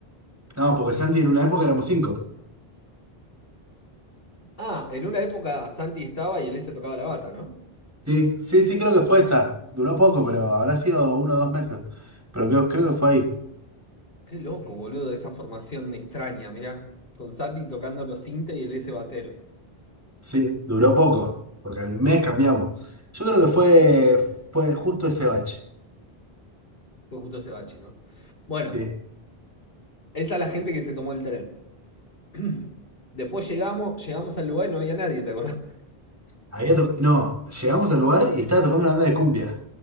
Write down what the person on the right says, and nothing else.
No, porque Santi en una época éramos cinco.
Sí, sí, sí, creo que fue esa. Duró poco, pero habrá sido uno o dos meses. Pero creo, creo que fue ahí.
Sí, duró poco, porque al mes cambiamos. Yo
creo que fue, fue justo ese bache.
Sí.
Había to- No, llegamos al lugar y estaba tocando una banda de cumbia.